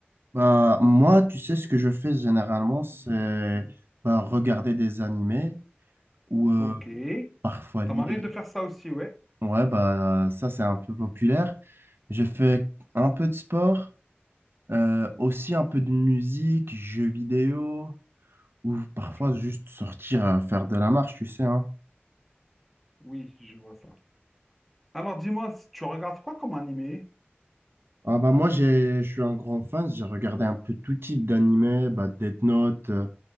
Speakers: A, on the right (about 65°); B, in the centre.
A: Bah, moi, tu sais, ce que je fais généralement, c'est
B: Mm. Mm.
A: bah, regarder des animés ou euh,
B: Ok.
A: parfois lire.
B: Ça m'arrive de faire ça aussi, ouais.
A: Ouais, bah, ça, c'est un peu populaire. Je fais un peu de sport, euh, aussi un peu de musique, jeux vidéo, ou parfois
B: Ok.
A: juste sortir euh, faire de la marche, tu sais, hein.
B: Oui, je vois ça. Alors, dis-moi, si tu regardes quoi comme animé?
A: Ah, bah, moi, j'ai, je suis un grand fan, j'ai regardé un peu tout type d'animés, bah, Death Note. euh,